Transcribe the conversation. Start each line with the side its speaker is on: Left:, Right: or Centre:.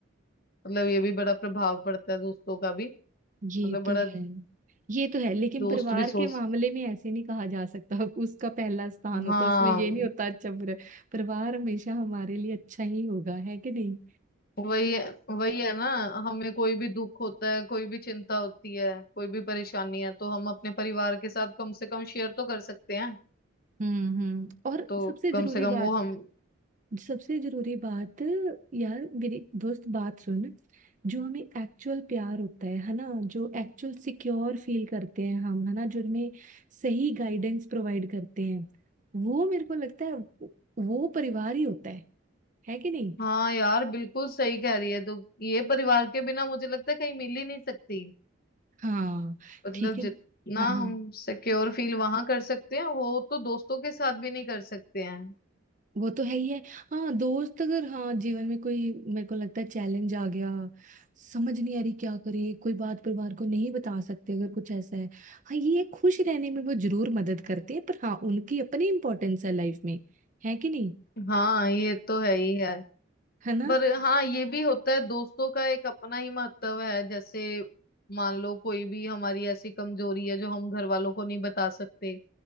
Left: मतलब ये भी बड़ा प्रभाव पड़ता है दोस्तों का भी
Right: ये
Left: मतलब बड़ा
Right: तो है ये तो है लेकिन
Left: दोस्त
Right: परिवार
Left: भी सोच
Right: के मामले में ऐसे नहीं कहा जा सकता <laughs> अब उसका पहला स्थान होता
Left: हाँ
Right: है, उसमें ये नहीं होता अच्छा बुरा परिवार हमेशा हमारे लिए अच्छा ही होगा है कि नहीं
Left: वही है वही है ना हमें कोई भी दुख होता है कोई भी चिंता होती है कोई भी परेशानी है तो हम अपने परिवार के साथ कम से कम शेयर तो कर सकते हैं
Right: हम्म हम्म और
Left: तो
Right: सबसे
Left: कम
Right: जरूरी
Left: से कम
Right: बात
Left: वो हम
Right: सबसे जरूरी बात यार मेरी दोस्त बात सुन जो हमें एक्चुअल प्यार होता है है ना जो एक्चुअल सिक्योर फील करते हैं हम है ना जो हमें सही गाइडेंस प्रोवाइड करते हैं वो मेरे को लगता है वो परिवार ही होता है है कि नहीं
Left: हाँ यार बिल्कुल सही कह रही है तो ये परिवार के बिना मुझे लगता है कहीं मिल ही नहीं सकती
Right: हाँ
Left: मतलब
Right: ठीक है
Left: जितना
Right: हाँ हाँ
Left: हम सिक्योर फील वहां कर सकते हैं वो तो दोस्तों के साथ भी नहीं कर सकते हैं
Right: वो तो है ही है हाँ दोस्त अगर हाँ जीवन में कोई मेरे को लगता है चैलेंज आ गया समझ नहीं आ रही क्या करें कोई बात परिवार को नहीं बता सकते अगर कुछ ऐसा है हाँ ये है, खुश रहने में वो जरूर मदद करते हैं पर हाँ उनकी अपनी इंपॉर्टेंस है लाइफ में है कि नहीं
Left: हाँ ये तो है ही है
Right: है ना
Left: पर हाँ ये भी होता है दोस्तों का एक अपना ही महत्व है जैसे मान लो कोई भी हमारी ऐसी कमजोरी है जो हम घर वालों को नहीं बता सकते